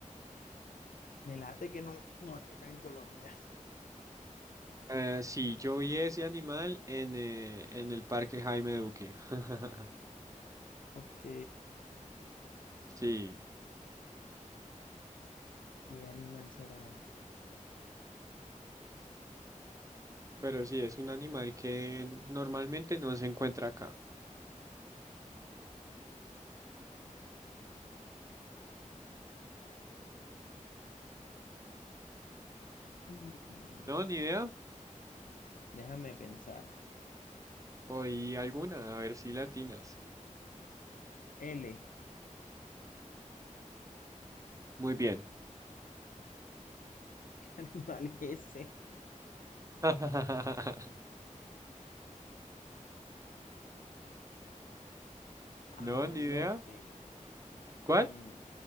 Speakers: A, on the left; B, on the right.
A: Me late que no, no hay acá en Colombia. <laughs>
B: Eh, sí, yo vi ese animal en, eh, en el Parque Jaime Duque. <laughs>
A: Ok.
B: Sí,
A: ¿Qué animal será?
B: pero sí, es un animal que normalmente no se encuentra acá.
A: Mm,
B: No, ni idea.
A: Déjame pensar.
B: Oí alguna, a ver si latinas.
A: L.
B: Muy bien.
A: <laughs> Animal S.
B: <laughs>
A: Aolote.
B: No, ni idea. ¿Cuál?
A: Mm,